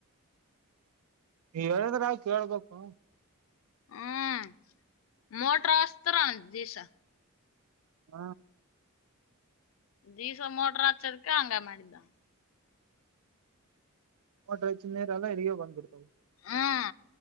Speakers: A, on the right (about 80°); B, on the left (about 65°).
A: ಹೇಳಿದ್ರೆ ನಾವ ಕೇಳ್ಬೇಕು
B: ಹ್ಮ್ ಮೊಟರಸ್ತ ದಸ
A: ಹಾ
B: ಡೀಸೋ ಮೋಟರಾಚದಕ್ಕೆ ಅಂಗ ಮಡಿದಾ
A: ಮೋಟ್ರೆ ಚಿನ್ನ ನೀರ ಎಲ್ಲ ಹರಿಗ ಬಂದ್ಬಡ್ತಾವವು
B: ಹ್ಮ